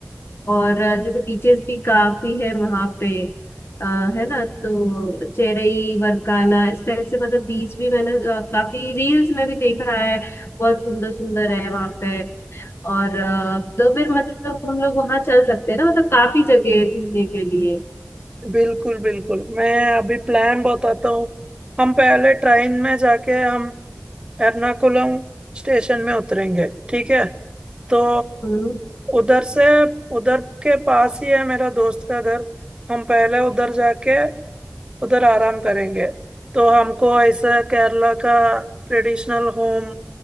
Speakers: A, on the left; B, on the right.
A: और अ, जैसे बीचेस भी काफी है वहाँ पे अ, है ना तो चेरई वरकाला इस टाइप से मतलब बीच भी मैंने अ, काफी रील्स में भी देखा है बहुत सुंदर सुंदर है वहाँ पे और अ, तो फिर मतलब हम लोग वहाँ चल सकते हैं ना मतलब काफी जगह है घूमने के लिए
B: बिल्कुल बिल्कुल मैं अभी प्लान बताता हूँ हम पहले ट्रेन में जाके हम एर्नाकुलम स्टेशन में उतरेंगे ठीक है तो
A: हम्म।
B: उधर से उधर के पास ही है मेरा दोस्त का घर हम पहले उधर जाके उधर आराम करेंगे तो हमको ऐसे केरला का ट्रेडिशनल होम